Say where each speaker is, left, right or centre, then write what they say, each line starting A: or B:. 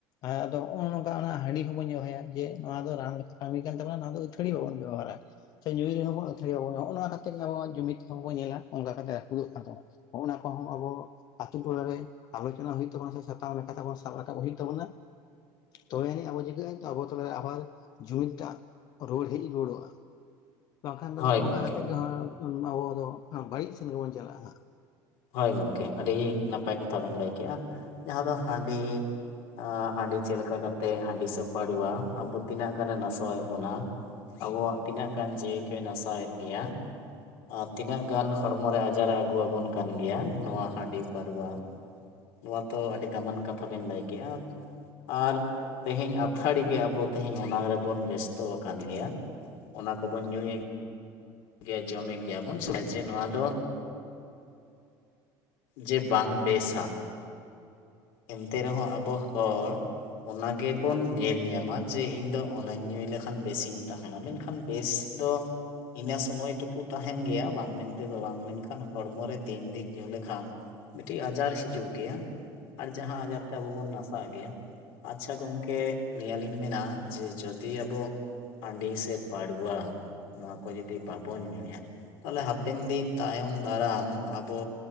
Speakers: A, on the left; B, on the left.
A: ᱟ ᱟᱫᱚ ᱦᱚᱜᱚ ᱱᱚᱝᱠᱟ ᱚᱱᱟ ᱦᱟᱹᱰᱤ ᱦᱚᱸᱵᱚ ᱧᱩᱭᱟ ᱡᱮ ᱱᱚᱣᱟ ᱫᱚ ᱨᱟᱱ ᱞᱮ ᱦᱟᱹᱰᱤ ᱠᱟᱱ ᱛᱟᱵᱱᱟ ᱱᱚᱭᱟ ᱫᱚ ᱟᱹᱛᱷᱟᱹᱲᱤ ᱵᱟᱵᱚᱱ ᱵᱮᱵᱚᱦᱟᱨᱟ ᱥᱮ ᱧᱩᱭᱮᱫ ᱨᱮᱦᱚᱸᱵᱚᱱ ᱟᱹᱛᱷᱟᱹᱲᱤ ᱵᱟᱵᱚᱱ ᱱᱚᱜᱼᱚ ᱠᱟᱛᱮ ᱜᱮ ᱟᱵᱚ ᱡᱩᱢᱤᱫ ᱦᱚᱸᱠᱚᱸ ᱧᱮᱞᱟ ᱚᱱᱠᱟ ᱠᱟᱛᱮᱜ ᱨᱟᱯᱩᱫᱚᱜ ᱠᱟᱱ ᱛᱟᱵᱚᱱᱟ ᱦᱚᱸᱜᱚᱱᱟ ᱠᱚᱦᱚᱸ ᱟᱵᱚ ᱟᱛᱩ ᱴᱚᱟᱨᱮ ᱟᱞᱳᱪᱚᱱᱟ ᱦᱩᱭᱩᱜ ᱛᱟᱵᱚᱱᱟ ᱥᱮ ᱥᱟᱛᱟᱢ ᱞᱮᱠᱟᱛᱮ ᱥᱟᱵ ᱨᱟᱠᱟᱵ ᱦᱩᱭᱩᱜ ᱛᱟᱵᱚᱱᱟ᱾ ᱛᱚᱵᱮ ᱟᱱᱤᱡ ᱟᱵᱚ ᱡᱩᱫᱟᱹ ᱟᱵᱚ ᱛᱟᱞᱟᱞᱮ ᱟᱵᱟᱞ ᱡᱩᱢᱤᱫ ᱴᱟᱜ ᱨᱩᱣᱟᱹᱲ ᱦᱮᱡ ᱨᱩᱣᱟᱹᱲᱚᱜᱼᱟ ᱵᱟᱝᱠᱷᱟᱱ ᱫᱚ
B: ᱦᱳᱭ
A: ᱱᱚᱜ ᱱᱚᱝᱠᱟ
B: ᱜᱚᱢᱠᱮ
A: ᱠᱟᱛᱮᱜ ᱜᱮᱦᱟᱜ ᱟᱵᱚ ᱫᱚ ᱵᱟᱹᱲᱤᱡ ᱥᱮᱱ ᱜᱮᱵᱚᱱ ᱪᱟᱞᱟᱜᱼᱟ ᱦᱟᱸᱜ
B: ᱦᱳᱭ ᱜᱚᱝᱠᱮ ᱟᱹᱰᱤ ᱱᱟᱯᱟᱭ ᱠᱟᱛᱷᱟ ᱵᱮᱱ ᱞᱟᱹᱭ ᱠᱮᱜᱼᱟ ᱡᱟᱦᱟᱸ ᱫᱚ ᱦᱟᱹᱰᱤ ᱟ ᱦᱟᱹᱰᱤ ᱪᱮᱫ ᱞᱮᱠᱟ ᱠᱟᱛᱮᱜ ᱦᱟᱹᱰᱤ ᱥᱮ ᱯᱟᱲᱩᱣᱟ ᱟᱵᱚ ᱛᱤᱱᱟᱹᱜ ᱜᱟᱱᱮ ᱱᱟᱥᱚᱣᱮᱫ ᱵᱚᱱᱟ ᱟᱵᱚᱣᱟᱜ ᱛᱤᱱᱟᱹᱜ ᱜᱟᱱ ᱡᱤᱣᱤ ᱠᱮ ᱱᱟᱥᱟᱣᱮᱫ ᱜᱮᱭᱟ ᱟ ᱛᱤᱱᱟᱹᱜ ᱜᱟᱱ ᱦᱚᱲᱢᱚ ᱨᱮ ᱟᱡᱟᱨ ᱮ ᱟᱹᱜᱩ ᱟᱵᱚᱱ ᱠᱟᱱ ᱜᱮᱭᱟ ᱱᱚᱣᱟ ᱦᱟᱹᱰᱤ ᱯᱟᱹᱨᱣᱟ ᱱᱚᱣᱟ ᱛᱚ ᱟᱹᱰᱤ ᱫᱟᱢᱟᱱ ᱠᱟᱛᱷᱟ ᱵᱮᱱ ᱞᱟᱹᱭ ᱠᱮᱜᱼᱟ᱾ ᱟᱨ ᱛᱮᱦᱮᱧ ᱟᱛᱷᱟᱲᱤ ᱜᱮ ᱟᱵᱚ ᱛᱮᱦᱮᱧ ᱚᱱᱟ ᱨᱮᱵᱚᱱ ᱵᱮᱥᱛᱚ ᱠᱟᱱ ᱜᱮᱭᱟ ᱚᱱᱟ ᱠᱚᱵᱚᱱ ᱧᱩᱭᱮᱫ ᱜᱮᱭᱟ ᱡᱚᱢᱮᱫ ᱜᱮᱭᱟᱵᱚᱱ ᱥᱟᱡᱮ ᱱᱚᱣᱟ ᱫᱚ ᱡᱮ ᱵᱟᱝ ᱵᱮᱥᱟ ᱮᱱᱛᱮ ᱨᱮᱦᱚᱸ ᱟᱵᱚ ᱦᱚᱲ ᱚᱱᱟ ᱜᱮᱵᱚᱱ ᱧᱮᱞ ᱧᱟᱢᱟ ᱡᱮ ᱤᱧ ᱫᱚ ᱚᱱᱟᱧ ᱧᱩᱭ ᱞᱮᱠᱷᱟᱱ ᱵᱮᱥᱤᱧ ᱛᱟᱦᱮᱱᱟ ᱢᱮᱱᱠᱷᱟᱱ ᱵᱮᱥ ᱫᱚ ᱤᱱᱟᱹ ᱥᱚᱢᱚᱭ ᱴᱩᱠᱩ ᱛᱟᱦᱮᱱ ᱜᱮᱭᱟ ᱵᱟᱝ ᱢᱮᱱᱛᱮᱫᱚ ᱵᱟᱝ ᱢᱮᱱᱠᱷᱟᱱ ᱦᱚᱲᱢᱚ ᱨᱮ ᱫᱤᱱ ᱫᱤᱱ ᱧᱩ ᱞᱮᱠᱷᱟᱱ ᱢᱤᱫᱴᱤᱡ ᱟᱡᱟᱨ ᱦᱤᱡᱩᱜ ᱜᱮᱭᱟ ᱟᱨ ᱡᱟᱦᱟᱸ ᱟᱡᱟᱨ ᱛᱮ ᱟᱵᱚ ᱵᱚᱱ ᱱᱟᱥᱟᱜ ᱜᱮᱭᱟ ᱟᱪᱪᱷᱟ ᱜᱚᱝᱠᱮ ᱱᱤᱭᱟᱹᱞᱤᱧ ᱢᱮᱱᱟ ᱡᱮ ᱡᱚᱫᱤ ᱟᱵᱚ ᱦᱟᱹᱰᱤ ᱥᱮ ᱯᱟᱹᱲᱣᱟ ᱱᱚᱣᱟ ᱠᱚ ᱡᱩᱫᱤ ᱵᱟᱵᱚᱱ ᱧᱩᱭᱟ᱾ ᱛᱟᱦᱟᱞᱮ ᱦᱟᱯᱮᱱ ᱫᱤᱱ ᱛᱟᱭᱚᱢ ᱫᱟᱨᱟᱢ ᱟᱵᱚ